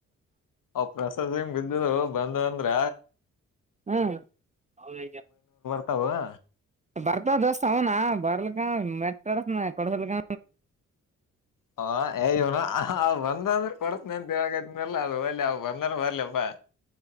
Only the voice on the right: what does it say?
ಹ್ಮ್ ಅವಲ್ಲ
ಬರ್ತ ದೋಸ್ತ್ ಅವನ ಬರ್ಲಕ ಮೆಟ್ಟಡಸನ ಕೊಡಸಲ್ಕ